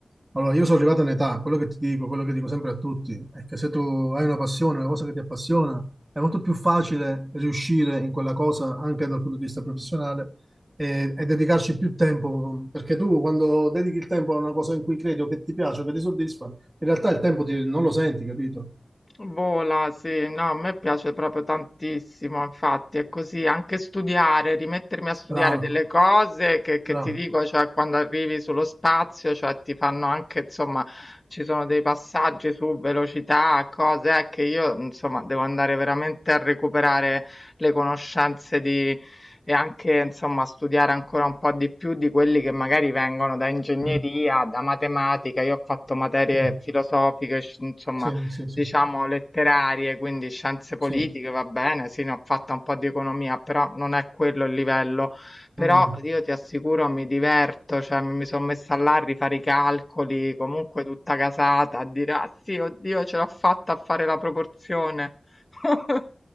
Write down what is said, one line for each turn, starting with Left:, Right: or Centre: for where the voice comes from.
Right: allora, io sono arrivato in età, quello che ti dico, quello che dico sempre a tutti, è che se tu hai una passione, una cosa che ti appassiona, è molto più facile riuscire in quella cosa anche dal punto di vista professionale e, e dedicarci più tempo, perché tu quando dedichi il tempo a una cosa in cui credi o che ti piace o che ti soddisfa, in realtà il tempo ti- non lo senti, capito?
Left: Vola, sì, no, a me piace proprio tantissimo, infatti è così, anche studiare, rimettermi a studiare
Right: Bravo,
Left: delle cose che, che
Right: bravo.
Left: ti dico, cioè quando arrivi sullo spazio, cioè ti fanno anche, insomma, ci sono dei passaggi su velocità, cose eh, che io, insomma, devo andare veramente a recuperare le conoscenze di... E anche, insomma, studiare ancora un po' di più di quelli che magari vengono da ingegneria,
Right: Mm,
Left: da matematica. Io ho fatto materie
Right: sì,
Left: filosofiche, sci- insomma,
Right: sì, sì, sì.
Left: diciamo, letterarie, quindi scienze politiche,
Right: Sì,
Left: va bene, sì, ne ho fatta un po' di economia, però non è quello il livello. Però
Right: Mm.
Left: io ti assicuro mi diverto, cioè mi, mi sono messa là a rifare i calcoli, comunque tutta casata, a dire, ah sì, oddio, ce l'ho fatta a fare la proporzione, <laughs>